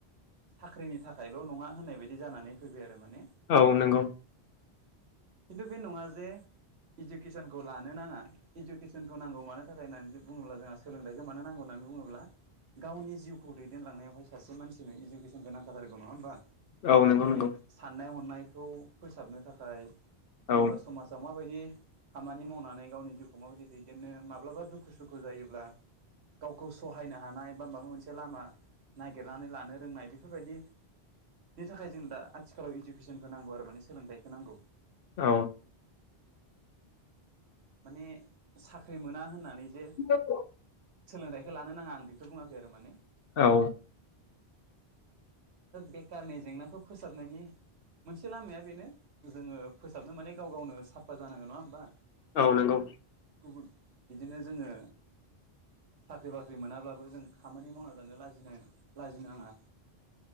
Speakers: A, on the right (about 75°); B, on the left (about 65°).
A: साख्रिनि थाखायल' नङा होननाय बायदि जानानै फैबाय आरो माने
B: औ नंगौ
A: खिन्थु बे नङा जे इडुकेसनखौ लानो नाङा इडुकेसनखौ नांगौ मानो थाखाय होननानै बुङोब्ला जोंहा सोलोंथाइखौ मानो नांगौ होननानै बुङोब्ला गावनि जिउखौ दैदेनलांनायावहाय सासे मानसिनो इडुकेसन गोनांखाथारगौ नङा होमबा
B: औ नंगौ
A: बिनि
B: नंगौ
A: साननाय हनायखौ फोसाबनो थाखाय
B: औ
A: जेनेबा समाजाव माबायदि खामानि मावनानै गावनि जि मा बायदि दैदेननो माब्लाबा दुखु सुखु जायोब्ला गावखौ सहायनो हानाय बा माबा मोनसे लामा नागिरनानै लानो रोंनाय बेफोरबायदि बेनि थाखाय जोंनो दा आथिखालाव इडुकेसनखौ नांगौ आरो माने सोलोंथाइखौ नांगौ।
B: औ।
A: माने साख्रि मोना होननानै
B: <inaudible>
A: जे सोलोंथाइखौ लानो नाङा आं बेखौ बुङाखै आरो माने।
B: औ।
A: बेखारनि जेंनाखौ फोसाबनायनि मोनसे लामाया बेनो जोङो फोसाबनो माने गाव गावनो साफा जानांगोन नङा होमबा?
B: औ नंगौ।
A: गुबुन बिदिनो जोङो साख्रि बाख्रि मोनाब्लाबो जों खामानि मावना जानो लाजिनो लाजिनाङा।